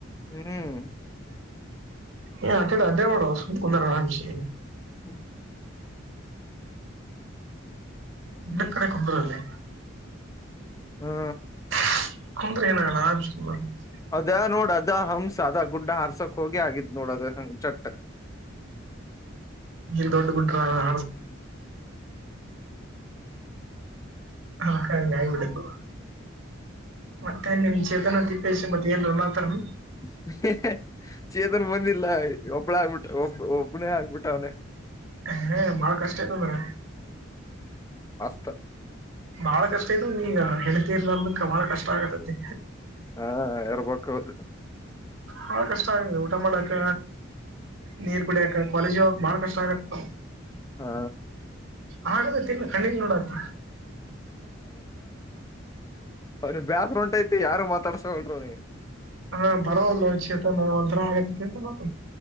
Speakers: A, on the left; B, on the right.
A: ಹ್ಮ್.
B: ಏ ಅತ್ತ ಇತ್ತ ಅಡ್ಯಾಡ್ ಬ್ಯಾಡೊ ಸುಮ್ ಕುಂಡ್ರ ಅರಮ್ಸಿ.
A: ಹ್ಮ್.
B: ಒಂದ ಕಡೆ ಕುಂದ್ರ ಅಲ್ಲೇ.
A: ಹಾ.
B: <unintelligible>
A: ಅದ ನೋಡ ಅದ ಹಂಸ ಅದ ಗುಡ್ಡ ಹಾರ್ಸಕ್ ಹೋಗಿ ಆಗಿದ್ ನೋಡ ಅದ ಹ ಚಟ್
B: ನಿ ದೊಡ್ಡ ಗಡ್ಡ <unintelligible> ಅದ್ಕ ಅಂಗಗಿಬಿಟೈತಿ ಅದು ಮತ್ತೆ ನಿಮ್ ಚೇತನ ದೀಪೇಶ್ ಮತ್ತ ಏನ್ ಮಾತಾರ ಏನ್
A: <unintelligible> ಚೀತನ್ ಬಂದಿಲ್ಲ ಒಬ್ಬಳ ಆಗ್ಬಿಟ್ಟ ಒಬ್ ಒಬ್ನೇ ಆಗ್ಬಿಟ್ಟ ಅವ್ನೆ
B: ಹ ಬಳ ಕಷ್ಟಟ ಅಂದರ
A: ಪ್ಪ
B: ಬಹಳ ಕಷ್ಟ ಇ ಈಗ ಹೆಂಡತಿ ಇರ್ಲಾ ಅಂದ ಬಹಳ ಕಷ್ಟ ಆಗತತಿ
A: ಹಾ ಇರ್ಬೇಕದು
B: ಬಾಳ ಕಷ್ಟ ಆಗಿದೆ ಊಟ ಮಾಡಕ್ಕ ನೀರ್ ಕುಡಿಯಕ ಕಾಲೇಜಿ ಹೋಗಕ್ ಬಾಳ ಕಷ್ಟ ಆಗತ್ತ
A: ಹಾ
B: ಹಾಗದತಿ ಇಲ್ಲ ಕಣ್ಣೀಗ್ ನೋಡಕ್
A: ಅವ್ನಿ ಬೇಸರು ಒಂಟೈತಿ ಯಾರು ಮಾತಾಡ್ಸಗೋಳ್ರರು ಅವನಿಗೆ
B: ಹಾ ಬರೋಲ್ಲವ ಚೇತನ ಒಂಥರಾ ಆಗತ್ತತಿ ಅಂತ ನೋತ